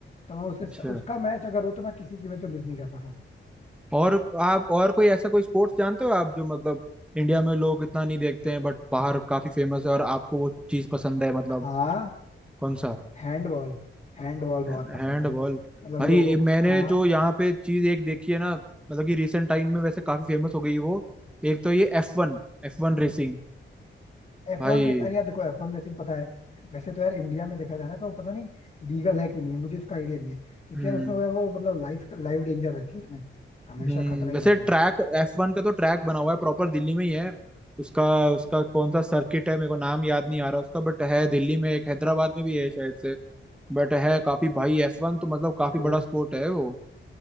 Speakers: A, on the left (about 35°); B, in the centre.
A: तो मैं उसके
B: अच्छा
A: उसका मैच अगर हो तो मैं किसी की में तो मिस नहीं करता था
B: और आप और कोई ऐसा कोई स्पोर्ट्स जानते हो आप जो मतलब इंडिया में लोग इतना नहीं देखते हैं बट बाहर काफी फेमस है और आपको वो चीज पसंद है मतलब
A: हाँ
B: कौन सा
A: हैंडबॉल हैंडबॉल
B: हैंडबॉल
A: बहुत पसंद है मतलब
B: भाई
A: लोगों
B: ये
A: को
B: मैंने
A: हाँ
B: जो यहाँ पे चीज एक देखी है ना मतलब कि रिसेंट टाइम में वैसे काफी फेमस हो गई है वो एक तो ये F one F one racing
A: एफ
B: भाई
A: वन अरे यार देखो एफ वन रेसिंग पता है वैसे तो यार इंडिया में देखा जाए ना तो पता नहीं लीगल है कि नहीं मुझे उसका आइडिया नहीं है क्योंकि
B: हम्म
A: यार उसमें वो वो मतलब लाइफ लाइफ डेंजर रहती है उसमें हमेशा
B: हम्म
A: खतरा ही
B: वैसे
A: रहता
B: ट्रैक
A: है
B: एफ वन का तो ट्रैक बना हुआ है प्रॉपर दिल्ली में ही है उसका उसका कौन सा सर्किट है मेरे को नाम याद नहीं आ रहा उसका बट है दिल्ली में एक हैदराबाद में भी है शायद से बट है काफी भाई एफ वन तो मतलब काफी
A: भाई
B: बड़ा स्पोर्ट है वो